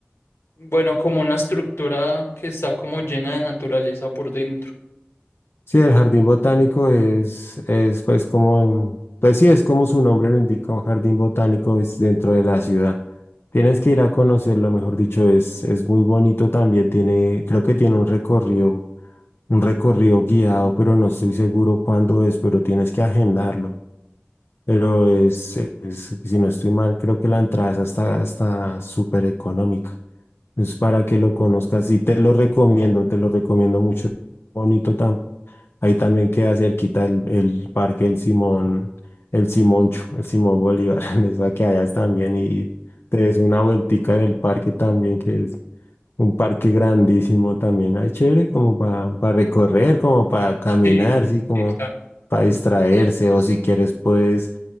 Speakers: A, on the left; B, on the left.
A: bueno, como una estructura que está como llena de naturaleza por dentro.
B: Sí, el jardín botánico es, es pues como, pues sí, es como su nombre lo indica, un jardín botánico es dentro de la ciudad. Tienes que ir a conocerlo, mejor dicho, es, es muy bonito también, tiene, creo que tiene un recorrido, un recorrido guiado, pero no estoy seguro cuándo es, pero tienes que agendarlo. Pero es, es, si no estoy mal, creo que la entrada es hasta, hasta súper económica. Es para que lo conozcas y te lo recomiendo, te lo recomiendo mucho. Bonito también. Ahí también queda cerquita el, el parque El Simón, el Simoncho, el Simón Bolívar, <laughs> en esa que allá también y te des una vueltica en el parque también, que es un parque grandísimo también. Ahí chévere como para recorrer, como para caminar,
A: Sí,
B: sí, como
A: sí, claro.
B: para distraerse o si quieres puedes,